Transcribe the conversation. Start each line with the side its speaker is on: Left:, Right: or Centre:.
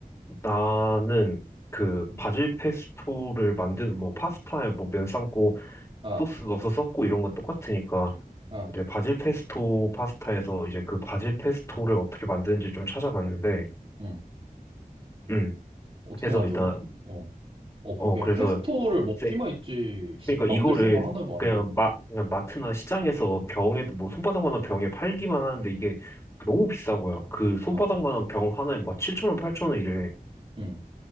Left: 나는 그
Right: 음.
Left: 바질 페스토를 만드는 뭐 파스타에 뭐 면 삶고
Right: 아,
Left: 소스 넣어서 썼고 이런 건 똑같으니까
Right: 아,
Left: 이제 바질 페스토 파스타에서 이제 그 바질 페스토를 어떻게 만드는지 좀 찾아봤는데
Right: 응.
Left: 음
Right: 어떻게
Left: 그래서
Right: 만들어?
Left: 일단
Right: 어. 어, 그러게.
Left: 어 그래서
Right: 페스토를 먹기만
Left: 세
Right: 있지,
Left: 그러니까
Right: 만들
Left: 이거를
Right: 생각 하나도
Left: 그냥
Right: 안 해봤는
Left: 마 그냥 마트나 시장에서 병에 뭐 손바닥만한 병에 팔기만 하는데 이게 너무 비싼 거야 그 손바닥만한
Right: 어,
Left: 병 하나에 막 7천 원 8천 원 이래
Right: 응,